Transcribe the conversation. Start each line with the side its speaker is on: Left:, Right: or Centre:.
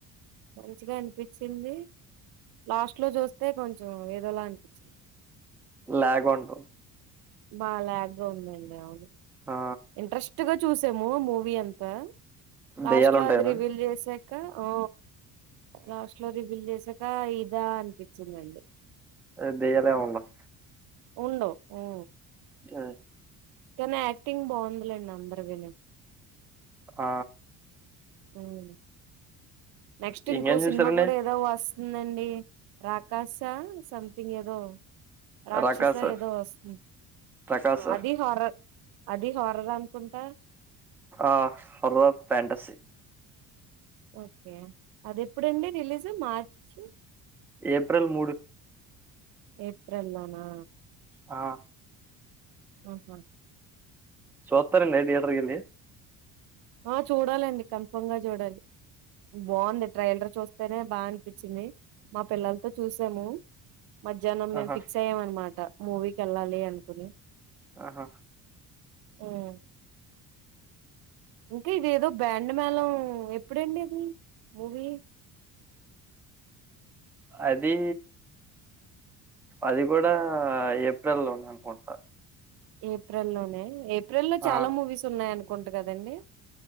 Right: మంచిగా అనిపించింది. లాస్ట్ లో చూస్తే కొంచెం ఏదోలా అనిపించింది.
Centre: లాగ్ ఉంటు
Right: బా లాగ్గా ఉందండి అవును
Centre: ఆ
Right: ఇంట్గ ట్ చూసాము మూవీ అంతా లాస్ట్
Centre: దెయ్యాలు
Right: లో
Centre: ఉంటాయనా
Right: అది రివీల్ చేసా క ఊ లాస్ట్ లో రివ్యూ చేస ఇంకా ఇదా అనిపించిందండి.
Centre: అదే దయ్యాలేం ఉండవ్
Right: ఉండవ్ ఉ
Centre: ఆ
Right: కానీ యాక్టింగ్ బాగుందలేండి అందరి వినే
Centre: ఆ
Right: ఉమ్ నెక్స్ట్ ఇంకో
Centre: ఇంకేం చూసారండి
Right: సినిమా కూడా ఏదో వస్ ఉందండి రాకస సంథింగ్ ఏదో రాక్షస
Centre: రకాస
Right: ఏదో వస్తుంది
Centre: రకాస
Right: అది హర అది హర్రర్ అనుకుంటా
Centre: ఆ రోక్ ప్యాంటసి
Right: ఓకే అది ఎప్పుడు అండి రిలీజ్ మార్చి
Centre: ఏప్రిల్ మూడు
Right: ఏప్రల్లలో నా
Centre: ఆ
Right: ఉహ
Centre: సూత్తార అండి తియేటర్కి వెళ్లి
Right: ఆ చూడాలండి కన్ఫర్మ్ గా చూడాలి. బాగుంది ట్రైలర్ చూస్తేనే బాగా అనిపించింది. మా పిల్లలతో చూసాము. మధ్యాహ్నం మేము
Centre: ఆహా
Right: ఫిక్స్ అయ్యామ అనమాట మూవీకి వెళ్ళాలి అనుకుని
Centre: ఆహా
Right: ఊమ్ ఇంకా ఇదేదో బ్యాండ్ మేళం ఎప్పుడండి ఇది మూవీ
Centre: అది అది కూడా ఏప్రిల్ లో అనుకుంటా
Right: ఏప్రిల్ లోనే ఏ ప్రిల్లో చాలా
Centre: ఆ
Right: మూవీస్ ఉన్నాయను కుంటు కదండి